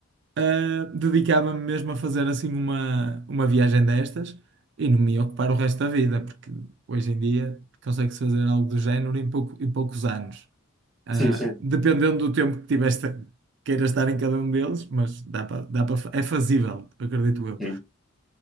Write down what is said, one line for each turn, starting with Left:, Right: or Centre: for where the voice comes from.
Right: Uh, dedicava-me mesmo a fazer assim uma, uma viagem destas e não me ia ocupar o resto da vida, porque hoje em dia consegue-se fazer algo do género em pouco, em poucos anos. Uh,
Centre: Sim, sim.
Right: dependendo do tempo que tiveste, queiras estar em cada um deles, mas dá para, dá para, é fazível, acredito eu.
Centre: Sim.